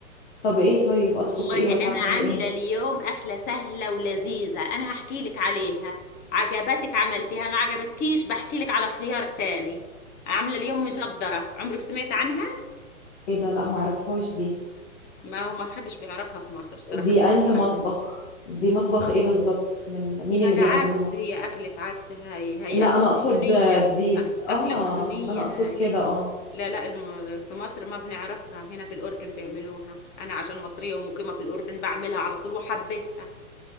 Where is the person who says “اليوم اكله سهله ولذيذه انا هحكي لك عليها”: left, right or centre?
Left